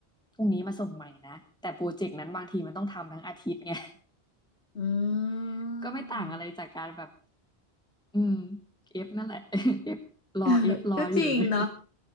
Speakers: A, in the centre; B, on the left.
A: พรุ่งนี้มาส่งใหม่นะแต่โปรเจกต์นั้นบางทีมันต้องทำทั้งอาทิตย์ไง
B: อื
A: <laughs>
B: ม
A: ก็ไม่ต่างอะไรจากการแบบอืมเอฟนั่นแหละ <laughs> เอฟรอเอฟรออยู่เลย
B: <laughs> เออก็จริงเนาะ
A: <laughs>